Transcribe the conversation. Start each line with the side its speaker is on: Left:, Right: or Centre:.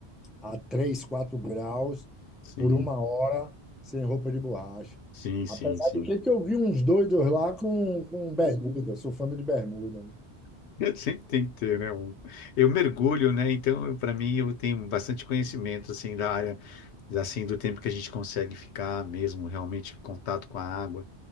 Centre: a 3, 4 graus
Left: sim,
Centre: por uma hora sem roupa de borracha.
Left: sim,
Centre: Apesar
Left: sim, sim.
Centre: de que, que eu vi uns doidos lá com, com bermuda, eu sou fã de bermuda. Né?
Left: <laughs> Sempre tem que ter, né? um- Eu mergulho, né? Então, para mim, eu tenho bastante conhecimento, assim, da área assim, do tempo que a gente consegue ficar mesmo realmente em contato com a água,